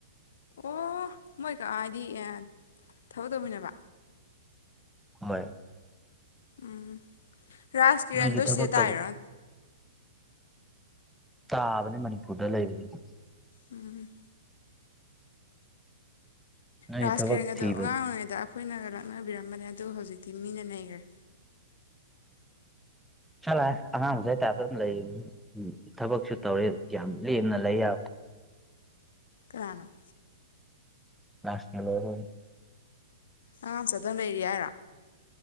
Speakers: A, on the left; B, in the centre.
A: ꯑꯣ ꯃꯣꯏꯛ ꯍꯥꯏꯗꯤ ꯊꯕꯛ ꯇꯧꯃꯤꯟꯅꯕ
B: ꯃꯣꯏ
A: ꯎꯝ ꯔꯥꯥꯁꯀꯤꯔꯟꯗꯣ
B: ꯅꯣꯏꯁꯨ ꯊꯕꯛ
A: ꯁꯤꯗ ꯇꯥꯏꯔꯥ
B: ꯇꯧ ꯇꯥꯕꯅꯦ ꯃꯅꯤꯄꯨꯔꯗ ꯂꯩꯔꯤꯕꯅꯤ
A: ꯎꯝ
B: ꯅꯣꯏ
A: ꯔꯥꯥꯁꯀꯤꯔꯟꯑꯗꯣ
B: ꯊꯕꯛ ꯊꯤꯕ
A: ꯑꯉꯥꯡ ꯑꯣꯏꯔꯤꯉꯩꯗ ꯑꯩꯈꯣꯏꯅꯒ ꯂꯥꯛꯅꯕꯤꯔꯝꯕꯅꯦ ꯑꯗꯨ ꯍꯧꯖꯤꯛꯇꯤ ꯃꯤꯅ ꯅꯩꯒꯔꯦ
B: ꯆꯠꯂꯣꯍꯦ ꯑꯉꯥꯡ ꯃꯆꯥꯏ ꯇꯥꯢꯞꯇ ꯑꯗꯨꯝ ꯂꯩꯃꯤ ꯊꯕꯛꯁꯨ ꯇꯧꯔꯦ ꯌꯥꯝ ꯂꯦꯝꯅ ꯂꯩ ꯌꯥꯕꯗꯣ
A: ꯀꯥꯅ <inaudible>
B: ꯂꯁꯃꯦꯂꯣꯗꯣ
A: ꯑꯉꯥꯡꯃꯆꯥꯗꯧ ꯂꯩꯔꯤ ꯍꯥꯏꯔꯣ